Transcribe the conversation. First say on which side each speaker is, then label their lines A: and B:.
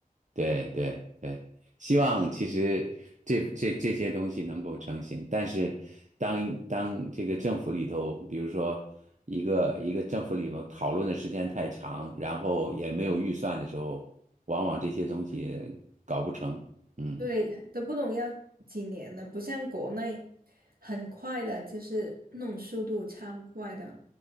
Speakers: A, on the right; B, on the right.
A: 对对对，希望其实这这这些东西能够成型，但是当当这个政府里头，比如说一个一个政府里头讨论的时间太长，然后也没有预算的时候，往往这些东西搞不成。嗯。
B: 对，都不懂要几年了，不像国内很快的，就是那种速度超快的。